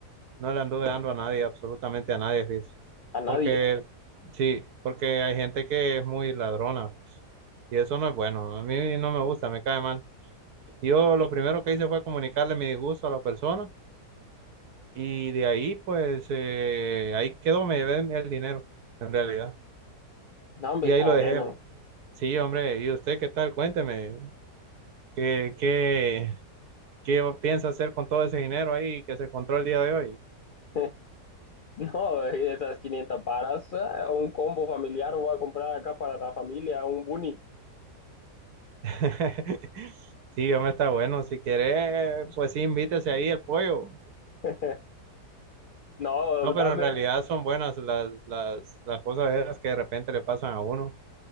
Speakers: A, on the right; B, on the left.
A: No le anduve dando a nadie, absolutamente a nadie, fíjese.
B: a nadie.
A: Porque, sí, porque hay gente que es muy ladrona, pues, y eso no es bueno. A mí no me gusta, me cae mal. Yo lo primero que hice fue comunicarle mi disgusto a la persona y de ahí, pues, eh, ahí quedó, me llevé el dinero, en realidad.
B: No, hombre,
A: Y
B: está
A: ahí lo
B: bueno.
A: dejé, bro. Sí, hombre, ¿y usted qué tal? Cuénteme, ¿qué, qué, qué piensa hacer con todo ese dinero ahí que se encontró el día de hoy?
B: <laughs> No, <laughs> esas 500 varas, eh, un combo familiar, voy a comprar acá para la familia, un bunny.
A: <laughs> Sí, hombre, está bueno. Si quiere, pues sí, invítese ahí el pollo.
B: <laughs> No,
A: No,
B: dame,
A: pero en realidad son buenas las, las, las cosas esas que de repente le pasan a uno.